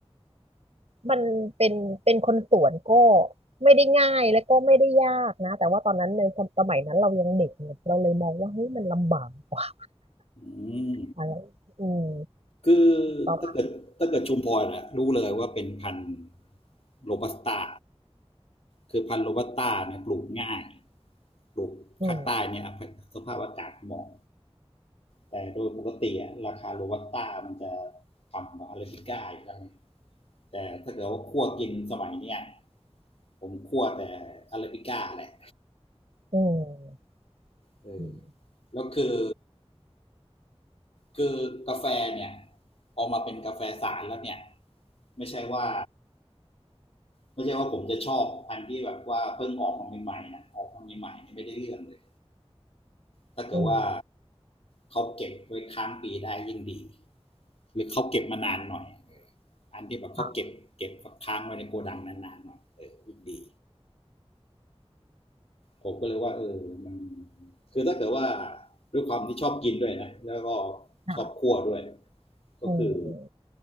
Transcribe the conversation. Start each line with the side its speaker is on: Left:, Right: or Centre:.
Right: มันเป็นเป็นคนสวนก็ไม่ได้ง่ายและก็ไม่ได้ยากนะแต่ว่าตอนนั้นในสมสมัยนั้นเรายังเด็กเนี่ยเราเลยมองว่าเฮ้ยมันลำบากกว่า
Left: อืม
Right: อะไรอืม
Left: คือ
Right: ประมาณ
Left: ถ้าเกิดถ้าเกิดชุมพรนะรู้เลยว่าเป็นพันธุ์โรบัสต้าคือพันธุ์โรบัสต้าเนี่ยปลูกง่ายปลูกภาคใต้เนี่ยสภาพอากาศเหมาะ
Right: อืม
Left: แต่โดยปกติอะราคาโรบัสต้ามันจะต่ำกว่าอาราบิก้าอยู่แล้วแต่ถ้าเกิดว่าคั่วกินสมัยเนี้ยผมคั่วแต่อาราบิก้าแหละ
Right: อืม
Left: เออ
Right: อืม
Left: แล้วคือคือกาแฟเนี่ยพอมาเป็นกาแฟสารแล้วเนี่ยไม่ใช่ว่าไม่ใช่ว่าผมจะชอบอันที่แบบว่าเพิ่งออกมาใหม่ๆนะออกมาใหม่ๆนี่ไม่ได้เรื่องเลยถ้าเกิดว่า
Right: อืม
Left: เขาเก็บไว้ค้างปีได้ยิ่งดี หรือเขาเก็บมานานหน่อย อันที่แบบเขาเก็บเก็บค้างไว้ในโกดังนานๆหน่อยเออดี
Right: ค่ะ
Left: ผมก็เลยว่าเออมันคือถ้าเกิดว่าด้วยความที่ชอบกินด้วยนะแล้วก็
Right: ค่ะ
Left: ชอบคั่วด้วย ก็คือ
Right: อืมอืม